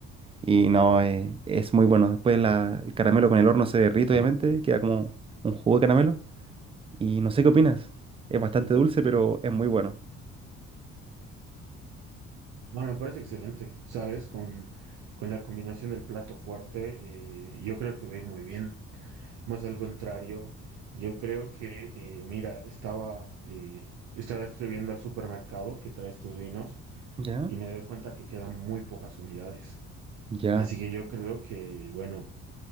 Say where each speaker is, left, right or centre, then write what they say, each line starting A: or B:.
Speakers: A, on the right; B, on the right.
A: Y no, eh, es muy bueno. Después la- el caramelo con el horno se derrite, obviamente, queda como un jugo de caramelo. Y no sé qué opinas. Es bastante dulce, pero es muy bueno.
B: No, me parece excelente, ¿sabes? Con, con la combinación del plato fuerte, eh, yo creo que va a ir muy bien. Más al contrario, yo creo que, eh, mira, estaba, eh, estaba escribiendo al supermercado que trae estos vinos
A: ¿Ya?
B: y me doy cuenta que quedan muy pocas unidades.
A: Ya.
B: Así que yo creo que, bueno,